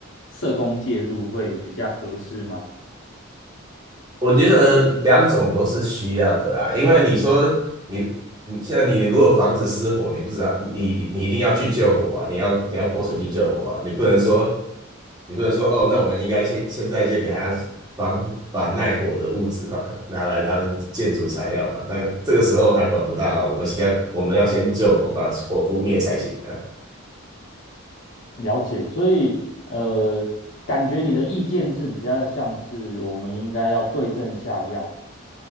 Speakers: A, on the left; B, on the right.
A: 社工介入会比较合适吗？
B: 我觉得两种都是需要的啊。因为你说你你现在你如果房子失火，你不知道你你一定要去救火啊，你要你要泼水去救火啊，你不能说你不能说哦，那我们应该现现在就给他防把耐火的物质放拿来当建筑材料嘛，但这个时候还管不到啊，我们先我们要先救火，把火扑灭才行啊。
A: 了解，所以呃，感觉你的意见是比较像是我们应该要对症下药，